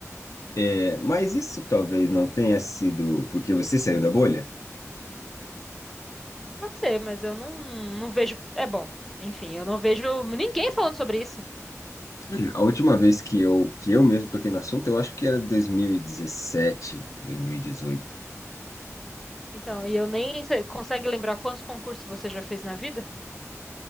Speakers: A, on the left; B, in the centre.
A: É, mas isso talvez não tenha sido porque você saiu da bolha.
B: Pode ser, mas eu não, não vejo. É bom, enfim, eu não vejo ninguém falando sobre isso.
A: Hum. A última vez que eu, que eu mesmo toquei no assunto, eu acho que era 2017, 2018.
B: Então, e eu nem. Você consegue lembrar quantos concursos você já fez na vida?